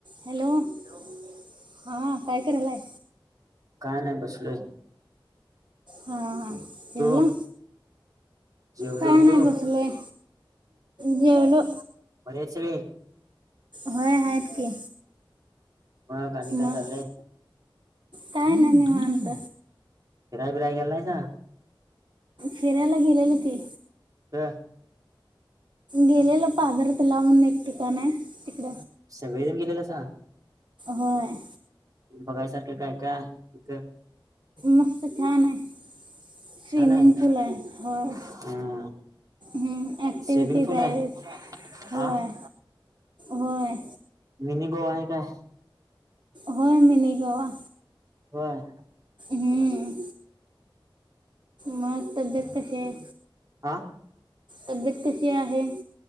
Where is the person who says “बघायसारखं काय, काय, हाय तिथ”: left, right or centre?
Right